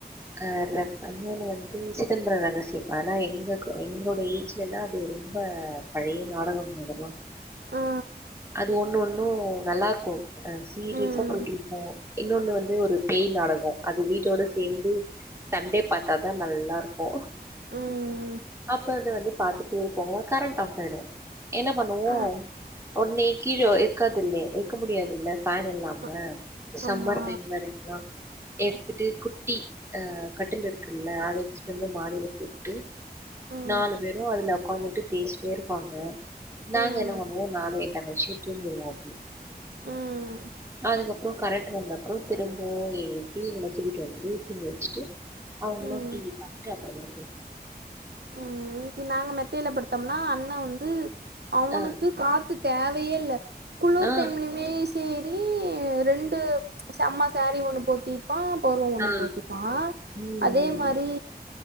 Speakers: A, on the right; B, on the right.
A: வேற இன்னொனு வந்து சிதம்பர ரகசியோ அதலா எங்க்க எங்களோட ஏஜ்லலா அது ரொம்ப பழைய நாடகோங்க இதெல்லா
B: ஆ
A: அது ஒன்னு ஒன்னு நல்லா ருக்கு அ சீரியஸா
B: ஆ ம்
A: போயிட்டு இருக்கு இன்னொனு வந்து ஒரு பேய் நாடகோ அது வீட்டோட சேந்து சன்டே பாத்தாதா நல்லா இருக்கு
B: ம்
A: அப்ப அத வந்து பாத்துட்டே இருப்போமா கரண்ட்டு ஆஃப் ஆயிடு என்ன பண்ணுவோ
B: ஆ
A: ஒட்னே கீழே இருக்காது இல்லே இருக்க முடியாது இல்ல ஃபேன் இல்லாம
B: அ
A: சம்மர்
B: ஆமா
A: டைம் வேறங்ளா எடுத்துட்டு குட்டி அ கட்டில் இருக்குல்ல அத எடுத்துட்டு வந்து மாடில போட்டு
B: ம்
A: நாலு பேரு அதுல ஒக்காந்துகிட்டு பேசிட்டே இருப்பாங்க நாங்க
B: ம்
A: என்ன பண்ணுவோ நானு எ தங்கடச்சியூ தூங்கிருவோ அப்டியே
B: ம்
A: அதுக்கப்பறோ கரண்ட்டு வந்த அப்றோ திரும்பவு எழுப்பி என்ன வச்சு வீட்ல வந்து தூங்க வச்சுட்டு அவுங்களு
B: ம்
A: டி வி பாத்துட்டு அப்றமே
B: ம் இன்னிக்கி நாங்க மெத்தேல படுத்தோமுனா அண்ணே வந்து அவனுக்கு
A: ஆ
B: காத்து தேவயே இல்ல குளுர்
A: ஆ
B: டைம்லயுமே ஏ சி சேரி ரெண்டு அம்மா சேரீ ஒன்னு பொத் தீப்பா போர்வ ஒன்னு
A: ஆ
B: போத்திப்பா
A: ம்
B: அதே
A: ம்
B: மாரி